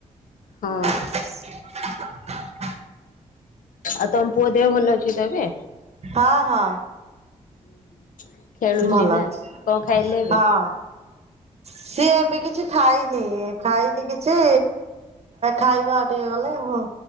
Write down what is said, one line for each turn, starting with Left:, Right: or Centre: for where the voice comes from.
Left: ହଁ
Right: <inaudible>
Left: ଆଉ ତମ ପୁଅ ଦେହ ଭଲ ଅଛି ତ ଏବେ?
Right: ହଁ ହଁ।
Left: <inaudible> ଖେଳୁଛି
Right: ଭଲ
Left: ନା
Right: ଅଛି
Left: କଣ ଖାଇଲେ ଏବେ?
Right: ହଁ। ସିଏ ଏବେ କିଛି ଖାଇନି ଖାଇନି କିଛି ଖାଇବା ଆଉ ଟିକେ ଗଲେ ହୋ